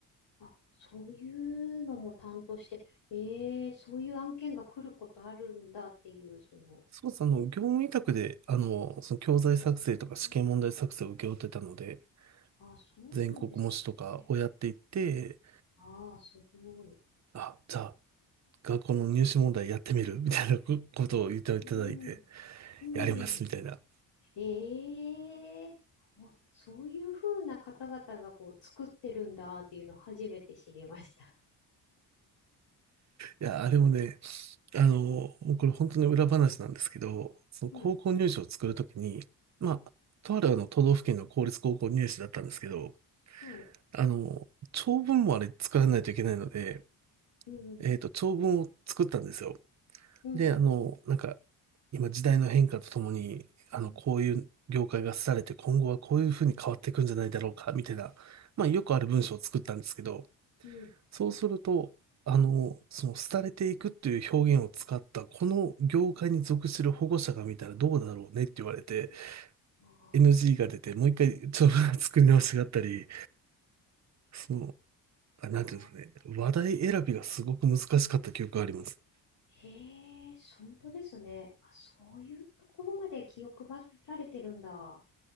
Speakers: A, on the left (about 70°); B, on the right (about 40°).
A: あ、そういうのも担当して、えー、そういう案件が来ることあるんだっていう、その、
B: そうですあの、
A: び
B: 業務委託で、あの、その教材作成とか試験問題作成を請け負ってたので、
A: えーあ、そうなんですね。
B: 全国模試とかをやっていって、
A: ああ、すごい。
B: あ、じゃあ、学校の入試問題やってみるみたいなこことを言っていただいて、
A: うん、
B: やりますみたいな。
A: うん。ええお、そういうふうな方々がこう作ってるんだっていうのを初めて知りました。
B: いや、あれもね、あの、もうこれ本当に裏話なんですけど、その高校入試を作るときに、
A: はい。
B: まあ、とあるあの都道府県の公立高校入試だったんですけど、
A: はい。
B: あの、長文もあれ作らないといけないので、
A: うん。
B: えっと、長文を作ったんですよ。
A: うん。
B: で、あの、なんか、今時代の変化とともに、あの、
A: うん。
B: こういう業界が廃れて今後はこういうふうに変わっていくんじゃないだろうか、みたいな、まあ、よくある文章を作ったんですけど、
A: うん。
B: そうすると、あの、
A: うん。
B: その、廃れていくっていう表現を使った、この業界に属する保護者が見たらどうだろうねって言われて、
A: あ
B: NG
A: あ。
B: が出て、もう一回、ちょっと <laughs> 作り直しがあったり、その、
A: ええ
B: あ、なんていうんですかね、
A: ああ。
B: 話題選びがすごく難しかった記憶があります。
A: へえ、本当ですね。あ、そういうところまで気を配られてるんだ。